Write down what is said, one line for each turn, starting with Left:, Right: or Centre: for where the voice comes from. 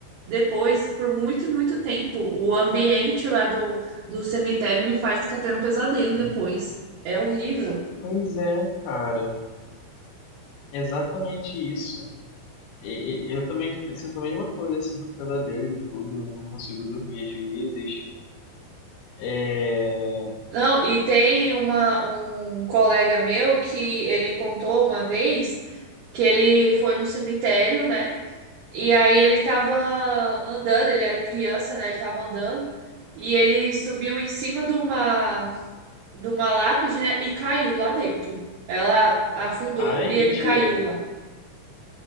Right: depois, por muito e muito tempo, o ambiente lá do, do cemitério me faz ficar tendo pesadelo depois. É horrível.
Left: Pois é, cara. Exatamente isso. E- e- eu também te- sinto a mesma coisa, assim, com pesadelo e tudo, eu não consigo dormir às vezes. É...
Right: Não, e tem uma, um colega meu que ele contou uma vez que ele foi no cemitério, né? E aí ele tava andando, ele era criança, né? Ele tava andando e ele subiu em cima de uma, de uma lápide, né? E caiu lá dentro. Ela afundou
Left: Ai,
Right: e ele
Left: mentira.
Right: caiu lá.